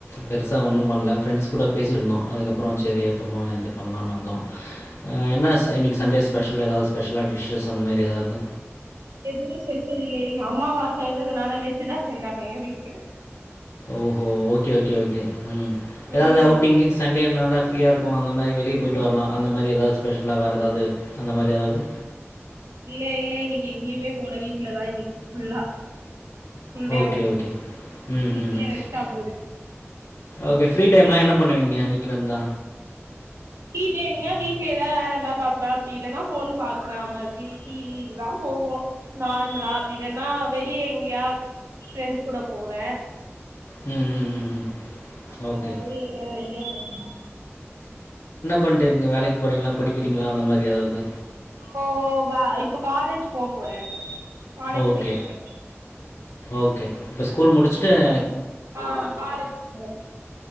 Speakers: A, on the left (about 70°); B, on the right (about 75°).
A: பெருசா ஒன்னு பண்ல ஃப்ரெண்ட்ஸ் கூடா பேசிக்கிட்டு இருந்தோ அதுக்கப்புறோ செரி அப்புறமா இது பண்ணலான்னு வந்தோ என்ன இன்னைக்கி சண்டே ஸ்பெஷல் ஏதாவது ஸ்பெஷலா டிஷ்ஷஸ் அந்தமதிரி ஏதாவது
B: எதுவு ஸ்பெஷல் இல்லியே இன்னக் அம்மாவாசன்றதுனால வெஜ் தா செஞ்சாங்க எங்க வீட்ல
A: ஓஹோ ஓகே ஓகே ஓகே ம் எதாவது
B: ம்
A: அவுட்டிங்கு சண்டேனால ஃப்ரீயா இருக்கு அந்த மாரி வெளிய போயிட்டு வரலா அந்த மாரி ஏதாவது ஸ்பெஷலா வேறெதாவது அந்த மாரி எதாவது
B: இல்ல இல்ல இன்னைக்கு எங்கேயுமே போல வீட்டுலதா இன்னைக்கு ஃபுல்லா புள்டேவு
A: ஓகே, ஓகே. ம்,
B: வீட்லேயே
A: ம், ம்.
B: ரெஸ்ட்டா போது
A: ஓகே ஃப்ரீ டைம்லா என்ன பண்ணுவீங்க வீட்லருந்தா
B: வீட்லருந்தா வீட்ல எதாவது வேல இருந்தா பாப்பே அப்டி இல்லன்னா ஃபோன் பாக்குறா மாதிரி டி வி இதுதா போவோ நார்மலா அப்டி இல்லன்னா வெளிய எங்கயாவது ஃப்ரெண்ட்ஸ் கூட போவே
A: ம், ம், ம், ம்.
B: அந்த
A: ஓகே.
B: மாதிரி எங்காது வெளியே போனுமா
A: பண்ட்ருங்க வேலைக்கு போறிங்ளா படிக்கிறிங்ளா அந்த மாரி எதாவது
B: ஓ இப்போ காலேஜ் போ போறே காலேஜ்
A: ஓகே
B: போயிட்டு இருக்கே
A: ஓகே இப்ப ஸ்கூல் முடிச் சிட்டர்
B: ஆ காலஜ் கரெக்